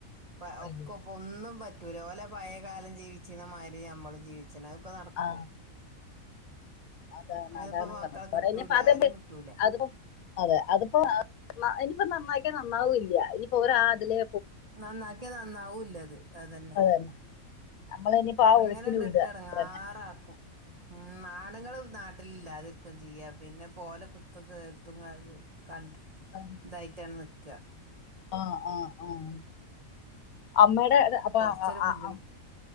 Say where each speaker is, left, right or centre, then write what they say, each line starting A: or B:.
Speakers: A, on the right (about 45°); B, on the left (about 85°).
A: പ
B: അയ്യോ
A: ഒക്കൊ പൊന്നും പറ്റൂല ഓലെ പയേകാലം ജീവിച്ചീന്ന മാരി യമ്മളും ജീവി ച്ചനത്പ്പനടക്കോ
B: ആ അതാണ്
A: അത്പ്പോപ
B: അതാണ്
A: മക്കളെ കിട്ടൂല്ല
B: പറഞ്ഞത് ഇനിയിപ്പോ അത്
A: ആരിം ങ്ക്ട്ടൂല
B: അതിപ്പോ അതെ അത്പ്പോ ആഹ് മ ഇനിപ്പോ നന്നാക്കിയാ നന്നാവൂല്യ ഇനിപ്പോ ഒരാത് ലേ
A: നന്നാക്യ നന്നാവൂല്ലത് അതന്നെ
B: അത് തന്നെ നമ്മളിനിയിപ്പോ ആ
A: അങ്ങനെണ്ട്ട്ട്
B: ഒഴുക്കിന് വിടുക
A: എടങ്ങാറാക്കും
B: തന്നെ
A: ഉം നാട്ങ്ങള് ന്ന ഇല്ലാതിര്ക്കും ചിയ്യാ പിന്നെ പോല കുത്തും ങ്കേ ത്തും ങ്ങ കണ്ട്
B: ആഹ്
A: തായ്റ്റാൺ ന്ക്കാ
B: ആഹ് ആഹ് ആഹ അമ്മേ ടെ ണ് അപ്പാ
A: കൊറച്ചൊരു
B: ആഹ് ആഹ്
A: ബുദ്ധിമു